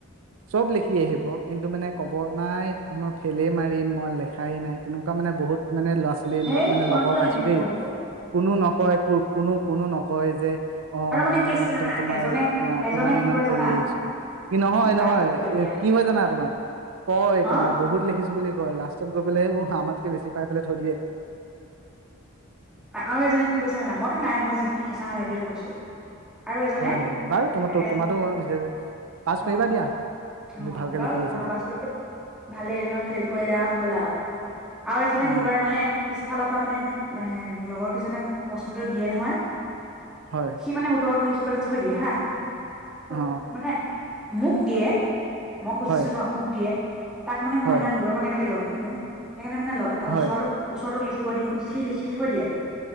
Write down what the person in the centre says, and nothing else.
হেই
মই
কিয়
সেনেকে
কম গ
আৰু মানে
কি আছে
জানা
এজনে
এজনে
কি
কয়
জানা
অ বাদ
দিয়া বাদ দিয়া
অ
আৰু এজনে কৈছে ন মইতো নাই মই যিখিনি সঁচা হয় সেইটোৱে কৈছো আৰু এজনে
এ
অ
অ
বাৰু
পাছ কৰিলে ভালেই নহয় ফেইল কৰিলে হ'ল আৰু আৰু এজনে
কি কৰে মানে ফালৰ পৰা মানে এ লগৰ কেইজনে পচন্দটো দিয়ে নহয়
সি মানে উত্তৰটো লিখি তোমালে থৈ দিয়ে হা ত
মানে মোক দিয়ে। মই খুজিছো
ন মোক দিয়ে। তাক মানে মই
ইমান দূৰৰ পৰা কেনেকে ল'ম? ন <unintelligible> সেইকাৰণে মানে তাৰ
ওচৰটোক ওচৰতটো লিখিব দিওঁ, সি লিখি থৈ দিয়ে।